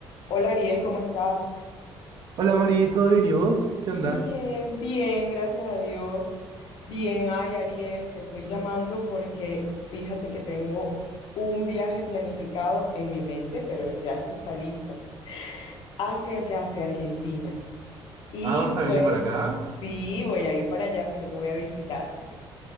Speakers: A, on the left; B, on the right.
A: Hola Ariel, ¿cómo estás?
B: Hola Mari, ¿todo bien y vos? ¿Qué
A: Bien,
B: onda?
A: bien, gracias a Dios. Bien, ay Ariel, te estoy llamando porque fíjate que tengo un viaje planificado en mi mente, pero ya eso está listo, hacia allá, hacia Argentina. Y
B: Ah, ¿vas a
A: pues
B: venir para acá?
A: sí, voy a ir para allá, así que te voy a visitar.